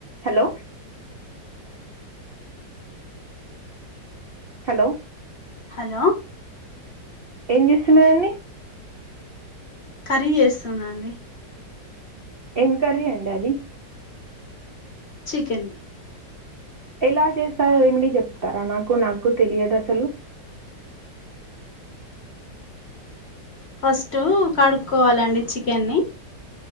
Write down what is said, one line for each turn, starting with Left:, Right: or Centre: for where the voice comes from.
Right: Hello. Hello.
Left: Hello.
Right: ఏం చేస్తున్నారండి.
Left: Curry వేస్తునండి.
Right: ఎంకర్రి అండి అది.
Left: చికెన్.
Right: ఎలా చేస్తారో రెమిడీ చెప్తారా నాకు నాకు తెలియదు అసలు.
Left: ఫస్ట్ కడుక్కోవాలండి చికెన్ని.